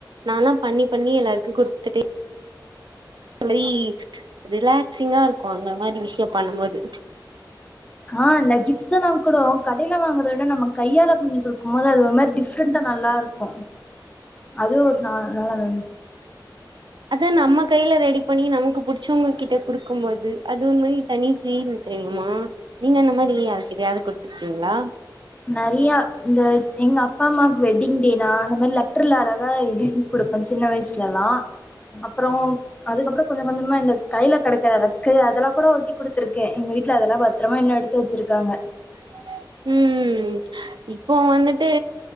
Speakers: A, on the right (about 70°); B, on the left (about 15°).
A: நால்லாம் பண்ணி பண்ணி எல்லாருக்கோ குடுத்துட்டே ரி ரிலாக்சிங்கா இருக்கோ அந்த மாதிரி விஷயம் பண்ணும்போது
B: ஆஹ் இந்த கிஃப்ஸ்ல்லா கூடோ கடையில வாங்கறத விட நம்ம கையால பண்ணி குடுக்கும் போது அது ஒரு மாரி டிஃப்ரெண்டா நல்லா இருக் க்கோ அது ஒரு நா நல்லாதா
A: அதா நம்ம கையில ரெடி பண்ணி நமக்கு புடிச்சவங்க கிட்ட குடுக்கோ போது அது ஒரு மாதிரி தனி ஃபீலு தெரியுமா நீங்க அந்த மாதிரி யார்கிட்டயாது கோ டுத்து இருக்கீங்களா
B: நெறைய இந்த எங்க அப்பா அம்மாவுக்கு வெட்டிங் டேனா அந்த மாரி லெட்டர்ல அழகா எழுதி குடுப்ப சின்ன வயசு லா அப்பறோ அதுக்கப்புறம் கொஞ்சம் கொஞ்சமா இந்த கையில கேடக்கிற ரக்கைய அதெல்லா கூட ஒட்டி குடுத்துருக்கே எங்க வீட்டுல அதெல்லாம் பத்திரமா இன்னோ எடுத்து வச்சிருக்காங்க
A: உம் உம் இப்போ வந்துட்டு